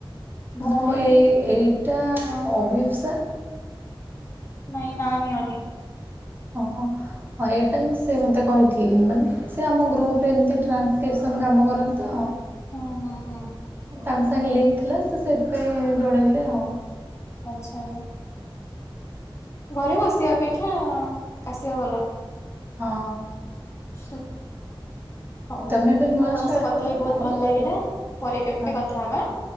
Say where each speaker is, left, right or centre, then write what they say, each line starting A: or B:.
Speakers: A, on the left; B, on the right.
A: ଭଉଣୀ
B: ହଁ ଏଇ
A: କି କଣ?
B: ଏଇଟା ଅଭିପ୍ସା
A: ନାଇଁ ନା ନିଅନି।
B: ଓହୋ ହଁ ଏଇଟା ସେ ମୋତେ କହିଥିଲେ ମାନେ ସେ ଆମ ଗ୍ରୁପ୍ରରେ ଏମିତି ଟ୍ରାନ୍ସକ୍ରିପସନ କାମ କରନ୍ତି ତ
A: ହଁ ହଁ ହଁ।
B: ତାଙ୍କ ସାଙ୍ଗେ ଲିଙ୍କ ଥିଲା ସେ ସେଇଥିପାଇଁ ଜଣେଇଲେ ଆଉ।
A: ଆଚ୍ଛା ଘରେ ବସିବା ଅପେକ୍ଷା କାସିବା ଭଲ।
B: ହଁ।
A: ହୁଁ। ହଉ
B: ତମେ ଏବେ ନୂଆ
A: ଆପଣଙ୍କ
B: ଷ୍ଟାର୍ଟ
A: ସହ କଥା
B: କରିଛ
A: ବି
B: ନା
A: ବହୁତ ଭଲ
B: ଆଗରୁ
A: ଲାଗିଲା ପରେ କେବେ
B: ହଁ
A: କଥା ହେବା।